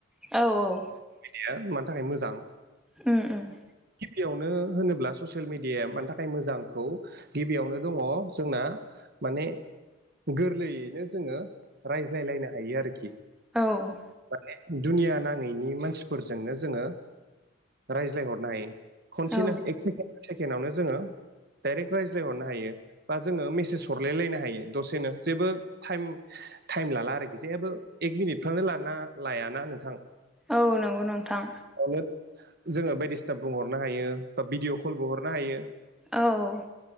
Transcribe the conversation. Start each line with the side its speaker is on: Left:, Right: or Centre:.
Centre: औ औ
Right: बिदिया मानि थाखाय मोजां
Centre: ओम ओम
Right: यावनो होनोब्ला ससियेल मिडियाया मानि थाख खाय मोजांखौ गिबियावनो दङ जोंना माने गोरलैयैनो जोङो रायज्लायलायनो हायो आरोखि
Centre: औ
Right: माने दुनिया नाङैनि मानसिफोरजोंनो जोङो रायज्लायहरनो हायो खनसेनो
Centre: औ
Right: एक सेके सेकेण्डावनो जोङो डाइरेक्ट राइज्लाय हरनो हायो बा जोङो मेसेज हरलाय लायनो हायो दसेनो जेबो टाइम टाइम लाला आरोखि जेबो एक मिनिटफ्रानो लाना लायाना नोंथां।
Centre: औ नंगौ नोंथां
Right: नो जोङो बायदिसिना बुंहरनो हायो बा भिदिअ' कलबो हरनो हायो
Centre: औ